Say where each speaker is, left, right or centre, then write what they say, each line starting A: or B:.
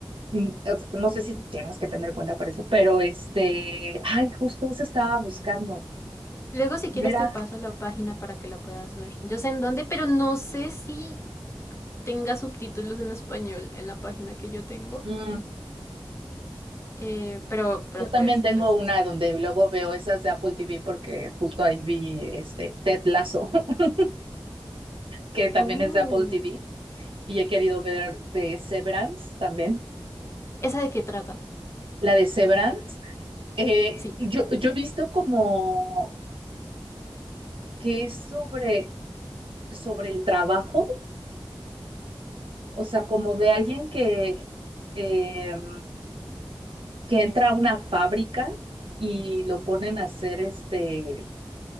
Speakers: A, on the right; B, on the left.
A: Mm, es- No sé si tienes que tener cuenta para eso, pero este, ay, justo eso estaba buscando.
B: Luego, si
A: Mira,
B: quieres, te paso la página para que la puedas ver. Yo sé en dónde, pero no sé si tenga subtítulos en español en la página que yo tengo.
A: mm,
B: Eh, pero, pero
A: yo también
B: pues,
A: tengo
B: pues
A: una
B: eso.
A: donde luego veo esas de Apple TV porque justo ahí vi este Ted Lasso, <laughs> que también
B: Oh,
A: es de Apple TV, y he querido ver de Severance también.
B: ¿esa de qué trata?
A: La de Severance, eh,
B: Sí,
A: yo, yo he visto como que es sobre, sobre el trabajo, o sea, como de alguien que... em, que entra a una fábrica y lo ponen a hacer este,